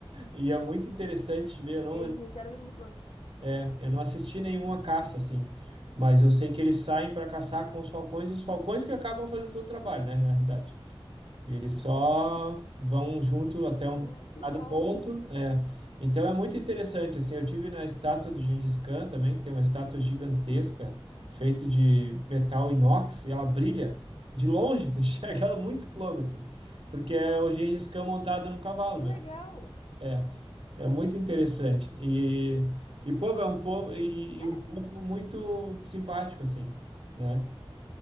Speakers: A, on the right; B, on the left.
A: E é muito interessante de ver. Eu não,
B: Eles
A: eu
B: enxergam de muito longe.
A: não, eu não assisti nenhuma caça, assim. Mas eu sei que eles saem para caçar com os falcões, e os falcões que acabam fazendo todo o trabalho, né, na realidade. E eles só vão junto até
B: Ah,
A: um determinado
B: que legal.
A: ponto. é. Então é muito interessante. Assim, eu tive na estátua do Gengis Khan também, que tem uma estátua gigantesca, feita de metal inox, e ela brilha de longe, <laughs> tu enxerga ela muitos quilômetros, porque é o Gengis Khan montado num cavalo,
B: Que legal!
A: né? É, é muito interessante. E, e povo é um povo e,
B: É,
A: e um povo muito simpático, assim, né?